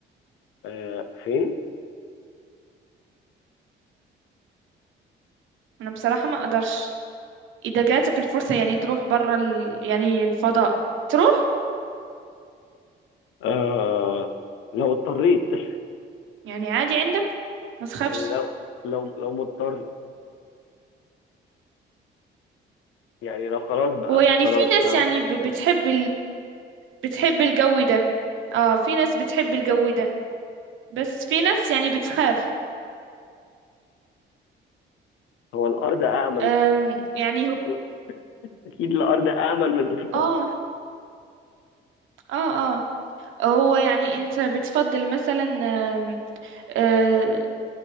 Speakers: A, on the left; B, on the right.
A: آه فين؟
B: انا بصراحة ما اقدرش اذا جاتك الفرصة يعني تروح برا ال... يعني الفضاء تروح
A: آه لو اضطريت <laughs>
B: يعني عادي عندك ما تخافش
A: يعني لو لو لو مضطر يعني لو خلاص بقى
B: هو يعني
A: خلاص
B: في ناس
A: فاهم
B: يعني ب- بتحب بتحب الجو ده اه في ناس بتحب الجو ده بس في ناس يعني بتخاف
A: هو الارض امن
B: أم يعني هو
A: لا، اكيد الارض امن من الفضاء
B: اه اه اه هو يعني انت بتفضل مثلا أم، آه،